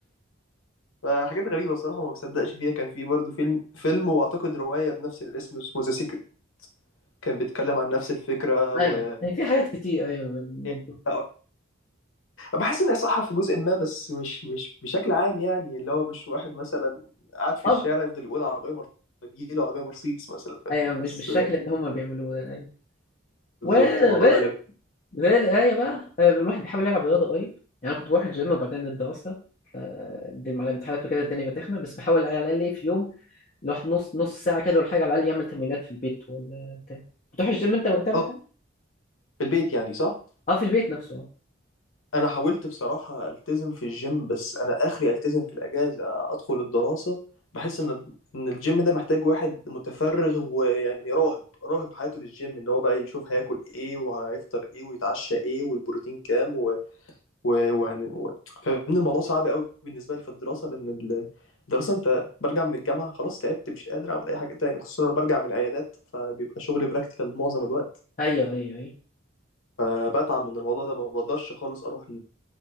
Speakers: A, on the left; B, on the left.
A: فحاجات غريبه بصراحه ما بصدقش فيها كان في برضه فيلم فيلم واعتقد روايه بنفس الاسم اسمه ذا سيكريت كان بيتكلم عن نفس الفكره
B: <laughs> ايوه
A: و
B: هي في حاجات كتير ايوه من الموضوع
A: <laughs>
B: ده.
A: بحس انها صح في جزء ما بس مش مش بشكل عام يعني اللي هو مش واحد مثلا قاعد في الشارع
B: اه
A: يفضل يقول عربيه مرسيدس يجيله عربيه مرسيدس مثلا فاهمني
B: ايوه
A: بس
B: مش بالشكل
A: آه،
B: اللي هم بيعملوه ده ايوه
A: بالظبط
B: وغير
A: الموضوع ده غريب
B: زي القراية بقى آه، الواحد بيحاول يلعب رياضة قريب يعني أنا كنت بروح الجيم وبعدين الدراسة فالدين على الامتحانات وكده الدنيا بتخمة بس بحاول على الأقل إيه في يوم الواحد نص نص ساعة كده ولا حاجة على الأقل يعمل تمرينات في البيت ولا بتاع بتروح الجيم أنت وبتعمل
A: اه
B: حاجة؟
A: في البيت يعني صح
B: أه في البيت نفسه أه
A: انا حاولت بصراحة التزم في الجيم بس انا اخري التزم في الاجازة ادخل الدراسة بحس ان ان الجيم ده محتاج واحد متفرغ ويعني راهب راهب حياته للجيم ان هو بقى يشوف هياكل ايه وهيفطر ايه ويتعشى ايه والبروتين كام و... و... وهن... و... فاهمني الموضوع صعب قوي بالنسبة لي في الدراسة لان ال- الدراسة انت برجع من الجامعة خلاص تعبت مش قادر اعمل اي حاجة تاني خصوصا أنا برجع من عيادات فبيبقى شغلي براكتيكال معظم الوقت
B: أيوه أيوه أيوه
A: فبتعب من الموضوع ده ما بقدرش خالص اروح